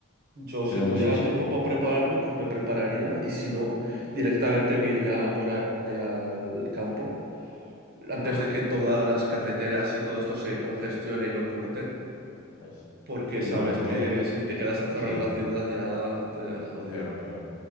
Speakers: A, on the right; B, on the left.
A: Yo
B: Pero
A: si tuviera
B: sí, sí,
A: tiempo para prepararme, pues me prepararía y si no, directamente me iría por ahí al campo antes
B: claro.
A: de que todas las carreteras y todo esto se congestione y lo corten,
B: Pues,
A: porque
B: sí,
A: sabes
B: por ejemplo,
A: que si te quedas encerrado
B: sí,
A: en la ciudad ya te has jodido.
B: peor, peor.